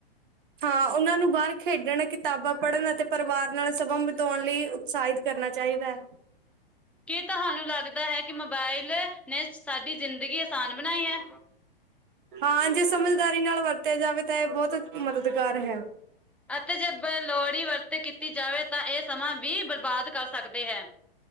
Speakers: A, on the right; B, in the centre.
A: ਹਾਂ ਉਹਨਾਂ ਨੂੰ ਬਾਹਰ ਖੇਡਣ ਕਿਤਾਬਾਂ ਪੜ੍ਹਨ ਅਤੇ ਪਰਿਵਾਰ ਨਾਲ ਸਮਾਂ ਬਿਤਾਉਣ ਲਈ ਉਸ਼ਹਿਤ ਕਰਨਾ ਚਾਹੀਦਾ ਹੈ
B: ਕੀ ਤੁਹਾਨੂੰ ਲੱਗਦਾ ਹੈ ਕਿ ਮੋਬਾਇਲ ਨੇ ਸਾਡੀ ਜ਼ਿੰਦਗੀ ਆਸਾਨ ਬਣਾਈ ਹੈ
A: ਹਾਂ ਜੇ ਸਮਝਦਾਰੀ ਨਾਲ ਵਰਤਿਆ ਜਾਵੇ ਤਾਂ ਇਹ ਬਹੁਤ ਮਦਦਗਾਰ ਹੈ
B: ਅਤੇ ਜੇ ਬ ਲੋੜੀ ਵਰਤ ਕੀਤੀ ਜਾਵੇ ਤਾਂ ਇਹ ਸਮਾਂ ਵੀ ਬਰਬਾਦ ਕਰ ਸਕਦੇ ਹੈ